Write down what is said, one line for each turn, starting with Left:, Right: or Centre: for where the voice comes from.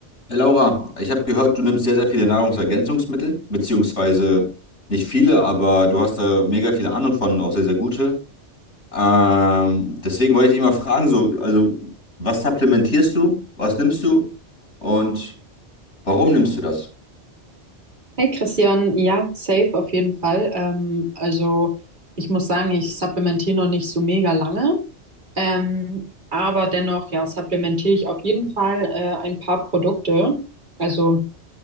Left: Hey Laura, ich habe gehört, du nimmst sehr, sehr viele Nahrungsergänzungsmittel, beziehungsweise nicht viele, aber du hast da mega viele Ahnung von und auch sehr, sehr gute. Ähm, deswegen wollte ich dich mal fragen, so, also was supplementierst du, was nimmst du und warum nimmst du das?
Right: Hey Christian, ja, safe auf jeden Fall. Ähm, also ich muss sagen, ich supplementiere noch nicht so mega lange, ähm, aber dennoch, ja, supplementiere ich auf jeden Fall äh, ein paar Produkte. Also